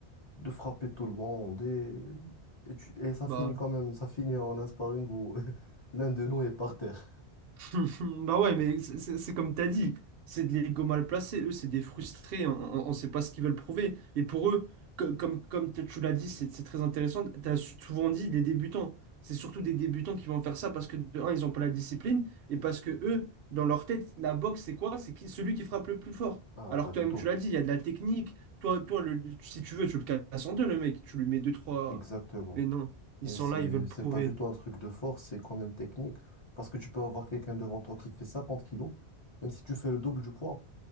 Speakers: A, on the left; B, on the right.
A: de frapper tout le monde et, et, tu- et ça
B: Bah.
A: finit quand même, ça finit en un sparring où <laughs> l'un de nous est par terre.
B: <laughs> Bah ouais, mais c'est c'est- c'est comme t'as dit, c'est des l'ego mal placés, eux, c'est des frustrés, on, ne sait pas ce qu'ils veulent prouver. Et pour eux, co- comme, comme t- tu l'as dit, c'est c'est très intéressant, t'as su- souvent dit des débutants. C'est surtout des débutants qui vont faire ça parce que, de un, ils n'ont pas la discipline, et parce que eux, dans leur tête, la boxe, c'est quoi? C'est qui, celui qui frappe le plus fort.
A: Ah,
B: Alors
A: pas
B: que
A: du
B: toi-même,
A: tout.
B: tu l'as dit, il y a de la technique, toi, toi le, si tu veux, tu le casses en deux, le mec, tu lui mets deux, trois...
A: Exactement.
B: Mais non, ils
A: Et
B: sont
A: c'est,
B: là, ils veulent
A: c'est
B: prouver.
A: pas du tout un truc de force, c'est quand même technique. Parce que tu peux avoir quelqu'un devant toi qui fait 50 kilos, même si tu fais le double du poids,